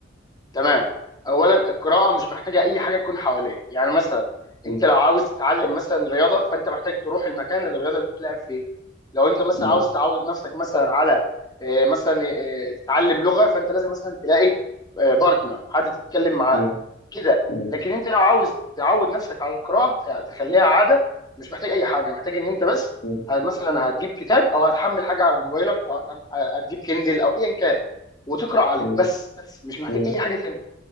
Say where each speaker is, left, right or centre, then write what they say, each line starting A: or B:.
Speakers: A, on the left; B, on the left.
A: تمام اولا القراءه مش محتاجه اي حاجه تكون حواليك يعني مثلا
B: <laughs>
A: انت
B: م-
A: لو عاوز تتعلم مثلا رياضه فانت محتاج تروح المكان اللي الرياضه دي بتتلعب فيه لو انت مثلا
B: م-
A: عاوز تعود نفسك مثلا على آه، مثلا آه، تتعلم لغه فانت لازم مثلا تلاقي بارتنر حد تتكلم معاه
B: م-
A: كده
B: م-
A: لكن انت لو عاوز تعود نفسك على القراءه ت- تخليها عاده مش محتاج اي حاجه محتاج ان انت بس
B: م-
A: هت- مثلا هتجيب كتاب او هتحمل حاجه على موبايلك او هتعم- هتجيب كندل او ايا كان وتقرا عليه
B: م-
A: بس بس مش محتاج
B: م-
A: اي حاجه تانية